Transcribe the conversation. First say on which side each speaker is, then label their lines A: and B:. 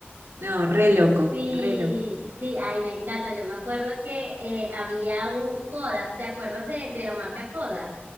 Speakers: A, on the right; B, on the right.
A: No, re loco,
B: Sí,
A: re loco.
B: sí, ay, me encanta. Yo me acuerdo que eh, había un Kodak, ¿te acuerdas de, de la marca Kodak?